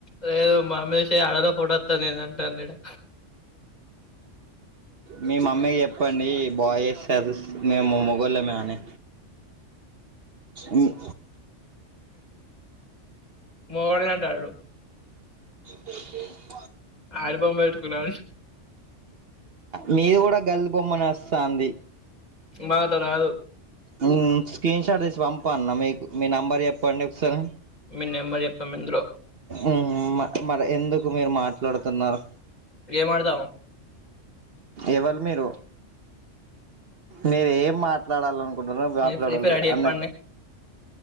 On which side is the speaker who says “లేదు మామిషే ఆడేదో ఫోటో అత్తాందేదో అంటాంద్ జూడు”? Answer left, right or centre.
Left